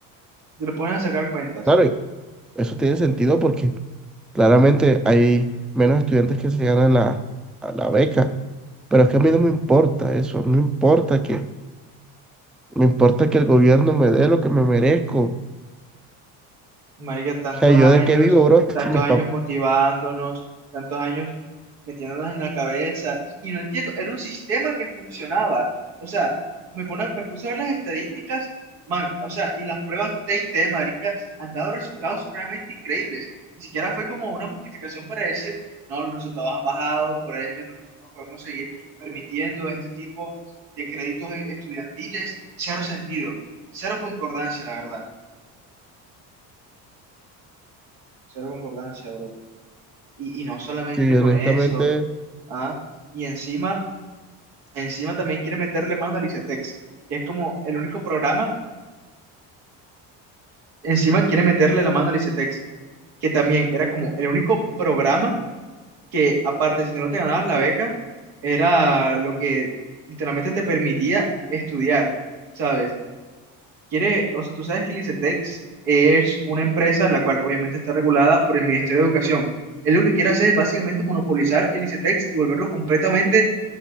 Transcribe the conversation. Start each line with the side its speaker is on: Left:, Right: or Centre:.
Right: te le pones a sacar cuentas.
Centre: Claro, y eso tiene sentido porque Claramente hay menos estudiantes que se ganan la, a la beca, pero es que a mí no me importa eso, no importa que, me importa que el gobierno me dé lo que me merezco.
Right: Marica, tantos
Centre: O sea, ¿yo
Right: años,
Centre: de qué vivo, bro?
Right: tantos
Centre: Si mis
Right: años
Centre: papás,
Right: motivándonos, tantos años metiéndonos en la cabeza, y, y no entiendo, era un sistema que funcionaba. O sea, me, pone, me puse a ver las estadísticas, man, o sea, y las pruebas T&T, marica, han dado resultados supremamente increíbles. Ni siquiera fue como una justificación para decir, no, los resultados han bajado, por ende, nosotros no podemos seguir permitiendo este tipo de créditos estudiantiles. Cero sentido, cero concordancia, la verdad. Cero concordancia, bro. Y, y no solamente
Centre: si
Right: con
Centre: honestamente,
Right: eso, ¿ah? Y encima, encima también quiere meterle mano al ICETEX, que es como el único programa, encima quiere meterle la mano al ICETEX, que también era como el único programa que aparte, si no te ganabas la beca, era lo que literalmente te permitía estudiar, ¿sabes? Quiere, o sea, tú sabes que el ICETEX es una empresa la cual obviamente está regulada por el Ministerio de Educación. Él lo que quiere hacer es básicamente monopolizar el ICETEX y volverlo completamente